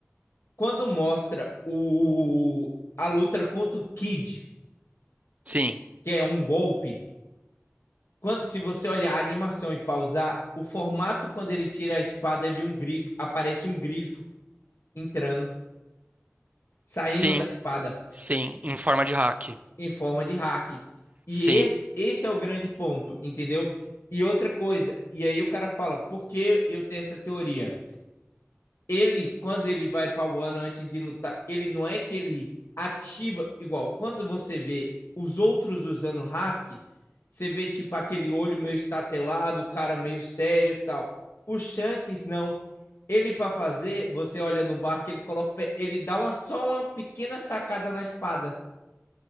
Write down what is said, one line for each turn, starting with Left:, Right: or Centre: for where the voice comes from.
Left: quando mostra o... a luta contra o Kid,
Right: Sim,
Left: que é um golpe, quando se você olhar a animação e pausar, o formato quando ele tira a espada é de um grifo, aparece um grifo entrando, saindo
Right: sim,
Left: da espada.
Right: sim, em forma de hack.
Left: em forma de hack. E
Right: Sim,
Left: esse, esse é o grande ponto, entendeu? E outra coisa, e aí o cara fala, por que eu tenho essa teoria? Ele, quando ele vai para o ano antes de lutar, ele não é que ele ativa igual. Quando você vê os outros usando hack, você vê tipo aquele olho meio estatelado, o cara meio sério e tal. O Shanks não. Ele para fazer, você olha no barco, ele coloca, o pé, ele dá uma só uma pequena sacada na espada.